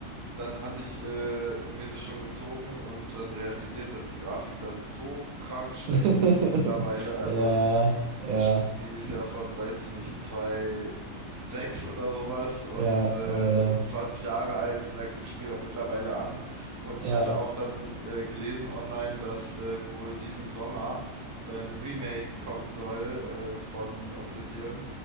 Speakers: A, on the right; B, on the right.
A: dann hatte ich äh, mir das schon gezogen und dann realisiert, dass die Grafik da so krank schlecht
B: <laughs>
A: ist mittlerweile. Also
B: Ja, ja.
A: das Spiel ist ja von, weiß ich nicht, zwei sechs oder sowas und
B: Ja,
A: äh,
B: ja, ja.
A: 20 Jahre alt, das merkst du im Spiel auch mittlerweile an. Und
B: Ja,
A: ich hatte auch dann äh, gelesen online, dass äh, wohl diesen Sommer äh, ein Remake kommen soll äh, von Oblivion